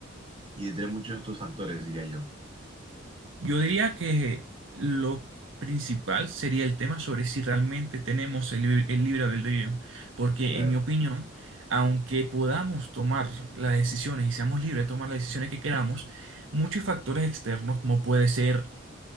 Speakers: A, on the right; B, on the right.
A: y entre muchos otros factores, diría yo.
B: Yo diría que lo principal sería el tema sobre si realmente tenemos el, lib- el libre albedrío, porque
A: Claro,
B: en mi opinión, aunque podamos tomar las decisiones y seamos libres de tomar las decisiones que queramos, muchos factores externos, como puede ser